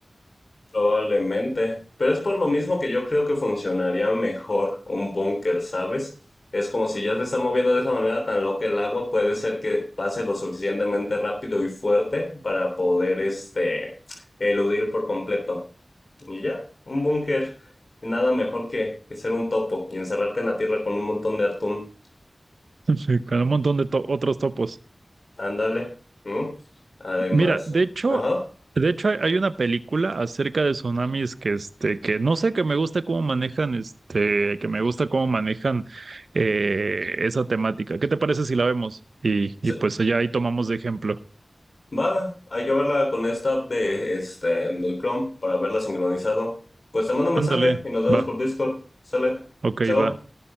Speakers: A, on the left (about 60°); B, on the right (about 80°).
A: Probablemente, pero es por lo mismo que yo creo que funcionaría mejor un búnker, ¿sabes? Es como si ya se está moviendo de esa manera tan loca el agua, puede ser que pase lo suficientemente rápido y fuerte para poder, este, eludir por completo. Y ya, un búnker, nada mejor que, que ser un topo y encerrarte en la tierra con un montón de atún.
B: <laughs> con un montón de to- otros topos.
A: Ándale. ¿Mm? Además,
B: Mira, de hecho,
A: ajá.
B: de hecho hay hay una película acerca de tsunamis que este, que no sé, que me gusta cómo manejan, este, que me gusta cómo manejan eh, esa temática. ¿Qué te parece si la vemos? Y,
A: Sí.
B: y pues allá ahí tomamos de ejemplo.
A: Va, hay que verla con esta app de, este, del Chrome para verla sincronizado. Pues te mando un
B: Ándale,
A: mensaje y nos vemos
B: va,
A: por Discord. Sale.
B: ok,
A: Chao.
B: va.